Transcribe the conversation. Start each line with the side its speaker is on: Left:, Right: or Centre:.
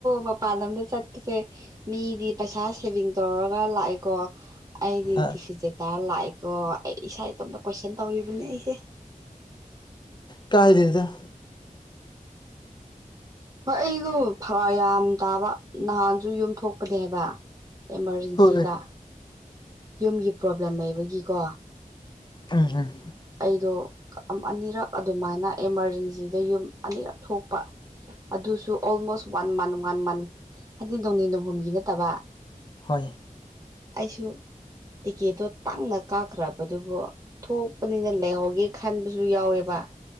Right: ꯃꯄꯥꯟ ꯂꯝꯗ ꯆꯠꯁꯦ꯫ ꯃꯤꯗꯤ ꯄꯩꯁꯥ ꯁꯦꯚꯤꯡ ꯇꯧꯔꯒ ꯂꯥꯛꯑꯦꯀꯣ꯫ ꯑꯩꯗꯤ
Left: ꯑ
Right: ꯇꯤꯐꯤꯖꯦ ꯇꯔ ꯂꯥꯛꯑꯦꯀꯣ ꯑꯩ ꯏꯁꯥ ꯏꯇꯣꯝꯇ ꯀꯣꯏꯁꯟ ꯇꯧꯔꯤꯕꯅꯦ ꯑꯩꯁꯦ꯫
Left: ꯀꯥꯏꯗꯔꯤꯗ꯫
Right: ꯍꯣꯏ ꯑꯩꯗꯣ ꯐꯔꯛ ꯌꯥꯝ ꯇꯥꯕ ꯅꯍꯥꯟꯁꯨ ꯌꯨꯝꯊꯣꯛꯄꯅꯦ ꯍꯥꯏꯕ ꯑꯦꯃꯥꯔꯖꯦꯟꯁꯤꯗ
Left: ꯍꯣꯏ
Right: ꯌꯨꯝꯒꯤ ꯄ꯭ꯔꯣꯕ꯭ꯂꯦꯝ ꯂꯩꯕꯒꯤꯀꯣ꯫
Left: ꯎꯝ ꯎꯝ
Right: ꯑꯩꯗꯣ ꯑꯅꯤꯔꯛ ꯑꯗꯨꯃꯥꯏꯅ ꯑꯦꯃꯥꯔꯖꯦꯟꯁꯤꯗ ꯌꯨꯝ ꯑꯅꯤꯔꯛ ꯊꯣꯛꯄ꯫ ꯑꯗꯨꯁꯨ almost one month one month ꯍꯥꯏꯗꯤ ꯅꯣꯡꯅꯤ ꯅꯣꯡꯍꯨꯝꯒꯤ ꯅꯠꯇꯕ꯫
Left: ꯍꯣꯏ
Right: ꯑꯩꯁꯨ ꯇꯤꯀꯦꯠꯇꯣ ꯇꯪꯅ ꯀꯥꯈ꯭ꯔꯕꯗꯨꯕꯨ꯫ ꯊꯣꯛꯄꯅꯤꯅ ꯂꯩꯍꯧꯒꯦ ꯈꯟꯕꯁꯨ ꯌꯥꯎꯋꯦꯕ꯫